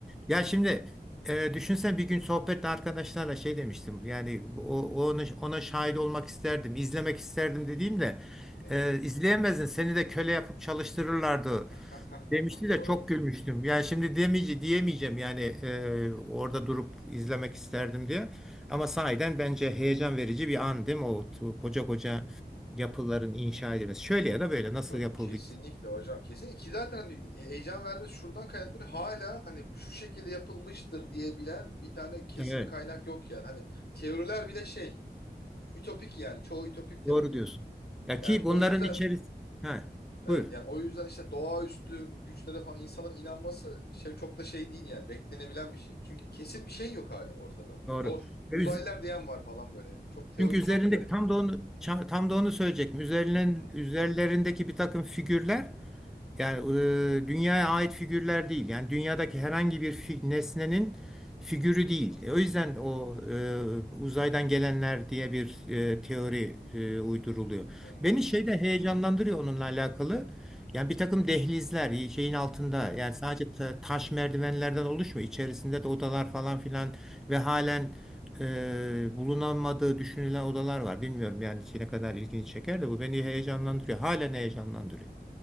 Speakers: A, in the centre; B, on the left (about 70°).
A: Ya şimdi e, düşünsen bir gün sohbette arkadaşlarla şey demiştim. Yani o, onu, ona şahit olmak isterdim, izlemek isterdim dediğimde
B: Hı hı.
A: e, izleyemezdin. Seni de köle yapıp çalıştırırlardı
B: <laughs>
A: demişti
B: Doğru.
A: de çok gülmüştüm. Yani şimdi demeyeceğim, diyemeyeceğim yani e, orada durup izlemek isterdim diye. Ama sahiden bence heyecan verici bir an değil mi? O t- koca koca yapıların inşa edilmesi. Şöyle ya da böyle nasıl
B: Bu-
A: yapıldı?
B: Kesinlikle hocam. Kesinlikle ki zaten hani heyecan vermesi şuradan kaynaklanıyor. Hala hani şu şekilde yapılmıştır diyebilen bir tane kesimi
A: Evet,
B: kaynak yok yani. Hani teoriler bile şey ütopik yani. Çoğu ütopik teorilerin.
A: doğru diyorsun. Ya
B: Yani
A: ki bunların
B: o yüzden
A: içerisinde... Ha,
B: evet
A: buyur.
B: yani o yüzden işte doğaüstü güçlere falan insanların inanması şey çok da şey değil yani beklenebilen bir şey. Çünkü kesin bir şey yok hala ortada.
A: Doğru.
B: Zor. Uzaylılar
A: Ve üz-
B: diyen var falan böyle yani. Çok teori
A: Çünkü üzerindeki
B: çok yani.
A: tam da onu ça- tam da onu söyleyecektim. Üzerlerindeki,
B: Hı hı.
A: üzerlerindeki bir takım figürler yani e, dünyaya ait figürler değil. Yani dünyadaki herhangi bir fi- nesnenin figürü değil. E, o yüzden o e, uzaydan gelenler diye bir e, teori e, uyduruluyor.
B: Hı hı
A: Beni
B: hı
A: şey
B: hı.
A: de heyecanlandırıyor onunla alakalı. Yani bir takım dehlizler e, şeyin altında
B: Hı hı.
A: yani sadece ta- taş merdivenlerden oluşmuyor. İçerisinde de odalar falan filan ve halen e, bulunamadığı düşünülen odalar var. Bilmiyorum yani ne kadar ilgini çeker de bu beni heyecanlandırıyor. Halen heyecanlandırıyor.